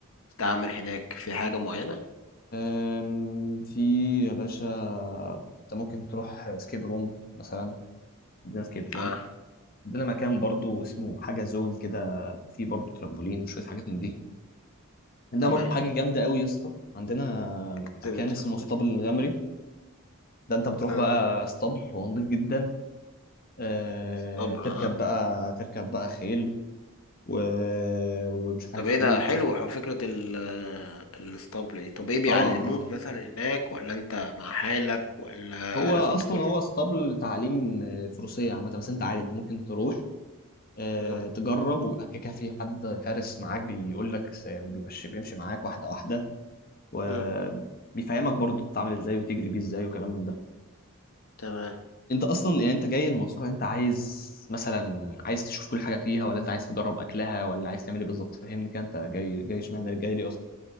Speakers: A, on the left; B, on the left.
A: تعمل هناك في حاجة معينة
B: أم، في يا باشا انت ممكن تروح سكيب روم مثلا عندنا سكيب روم
A: اه
B: عندنا مكان برضو اسمه حاجه زون كده فيه برضو ترامبولين وشويه حاجات من دي عندنا
A: تمام
B: برضو حاجه جامده قوي يا اسطى عندنا
A: اكتيفيتيز
B: مكان اسمه
A: وكده
B: اسطبل الغمري ده انت بتروح
A: آه.
B: بقى اسطبل هو نضيف جدا آه،
A: طب
B: تركب
A: اه
B: بقى تركب بقى خيل و... ومش عارف
A: طب ايه ده
B: ايه وتشوف
A: حلو ح- فكرة ال الاسطبل دي طب ايه بيعلموك
B: اه اه
A: مثلا هناك ولا انت مع حالك ولا
B: هو
A: لازم
B: اصلا
A: تكون
B: هو اسطبل تعليم آه، فروسيه عامه بس انت عادي انت ممكن تروح آه،
A: مم.
B: تجرب ويبقى كده كده في حد فارس معاك بيقول لك يعني بيمشي بيمشي معاك واحده واحده وبيفهمك
A: مم.
B: برضو تتعامل ازاي وتجري بيه ازاي وكلام من ده
A: تمام
B: انت اصلا يعني انت جاي المنصوره انت عايز مثلا عايز تشوف كل حاجه فيها ولا انت عايز تجرب اكلها ولا عايز تعمل ايه بالظبط فهمني كده انت جاي جاي اشمعنى جاي ليه اصلا